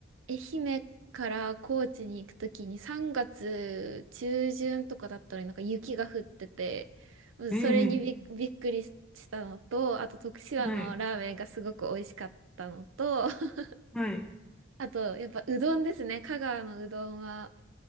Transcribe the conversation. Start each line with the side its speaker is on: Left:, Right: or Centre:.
Right: 愛媛から高知に行くときに3月中旬とかだったのになんか雪が降ってて、うんそれにびっ、
Centre: うん。ええ
Right: びっくりしたのと、あと徳島のラーメンがすごく美味しかったのと、
Centre: はい。
Right: <laughs>
Centre: はい。
Right: あとやっぱうどんですね。香川のうどんは